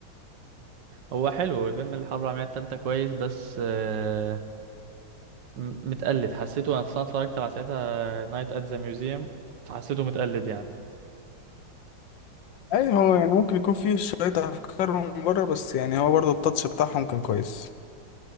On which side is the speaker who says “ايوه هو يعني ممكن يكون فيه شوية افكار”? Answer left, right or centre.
Left